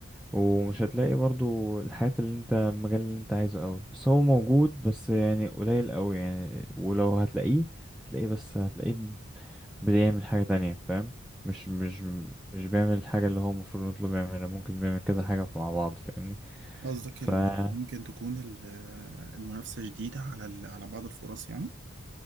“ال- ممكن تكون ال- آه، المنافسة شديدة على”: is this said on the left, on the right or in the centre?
Right